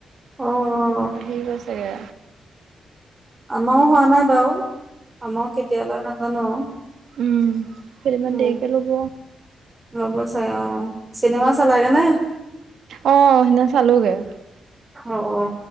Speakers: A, on the right; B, on the right.
A: অ', অ',
B: আহিব ছাগে।
A: আমাৰ হোৱা নাই বাওঁ। আমাক কেতিয়া লয় নাজানো আৰু।
B: উম, কেইদিনমান
A: উম'
B: দেৰিকে ল'ব।
A: ল'ব চাগে অ'। চিনেমা চালাগে নে?
B: অ, সেইদিনা চালোগে।
A: অ-অ